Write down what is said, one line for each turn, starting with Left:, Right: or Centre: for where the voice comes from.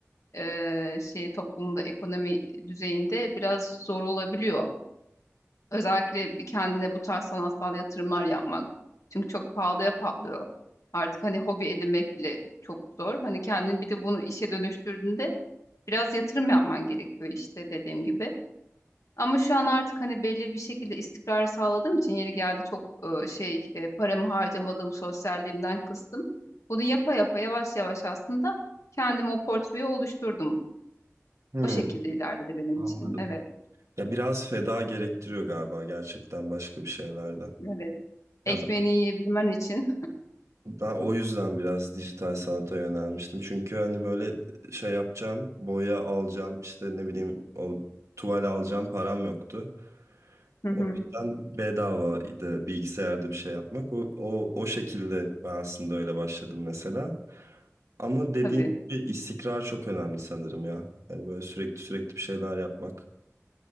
Left: e, şey toplumunda, ekonomi düzeyinde biraz zor olabiliyor. Özellikle bir kendine bu tarz sanatsal yatırımlar yapmak. Çünkü çok pahalıya patlıyor. Artık hani hobi edinmek bile çok zor. Hani kendini bir de bunu işe dönüştürdüğünde biraz yatırım yapman gerekiyor işte dediğim gibi. Ama şu an artık hani belli bir şekilde istikrar sağladığım için yeri geldi çok e, şey e, paramı harcamadım, sosyalliğimden kıstım. Bunu yapa yapa yavaş yavaş aslında kendime o portföyü oluşturdum.
Right: Hmm,
Left: O şekilde ilerledi benim
Right: anladım.
Left: için. Evet,
Right: Ya biraz feda gerektiriyor galiba gerçekten başka bir şeylerden.
Left: evet.
Right: Ya
Left: Ekmeğini yiyebilmen için.
Right: Ben o yüzden biraz dijital sanata yönelmiştim. Çünkü hani böyle şey yapacağım, boya alacağım, işte ne bileyim o tuval alacağım param yoktu.
Left: <laughs> Hı
Right: O
Left: hı,
Right: yüzden bedavaydı bilgisayarda bir şey yapmak. O, o, o şekilde ben aslında öyle başladım mesela. Ama dediğin
Left: tabii.
Right: gibi istikrar çok önemli sanırım ya. Yani böyle sürekli sürekli bir şeyler yapmak.